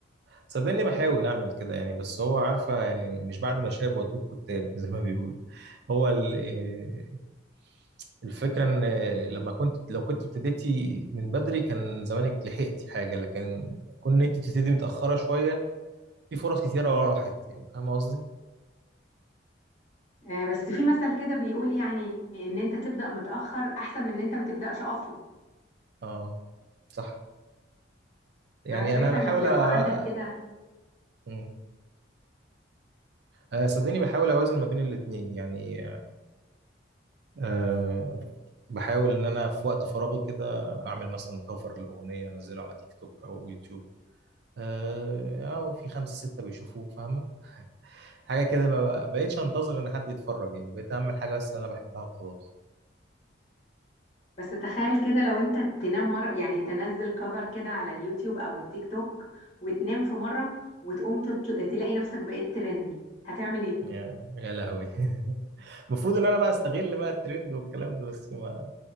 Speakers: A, on the right (about 55°); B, on the left (about 35°).
A: صدقني بحاول اعمل كده يعني بس هو عارفه يعني مش بعد ما شاب وديك كتاب <laughs> زي ما بيقولوا هو ال- آه، الفكره ان آه، لما كنت لو كنت ابتديتي من بدري كان زمانك لحقتي حاجه لكن كون انت تبتدي متاخره شويه في فرص كتيره راحت يعني فاهم قصدي
B: آه بس في مثل كده بيقول يعني ان انت تبدا متاخر احسن من ان انت ما تبداش اصلا
A: اه صح يعني
B: فانا شايفه
A: انا بحاول
B: انك لو
A: أ- أ-
B: عندك كده
A: مم. آه، صدقني بحاول اوازن ما بين الاتنين يعني آه، بحاول ان انا في وقت فراغي كده اعمل مثلا كفر لاغنيه انزله على تيك توك او يوتيوب اه او في خمسه سته بيشوفوه فاهمه حاجه كده ما بقيتش انتظر ان حد يتفرج يعني بقيت اعمل حاجه بس انا بحبها وخلاص
B: بس تخيل كده لو انت تنام مرة يعني تنزل كفر كده على اليوتيوب او التيك توك وتنام في مرة وتقوم تطل... تلاقي نفسك بقيت ترند هتعمل ايه؟
A: يا يا لهوي <laughs> المفروض ان انا بقى استغل بقى الترند والكلام ده بس ما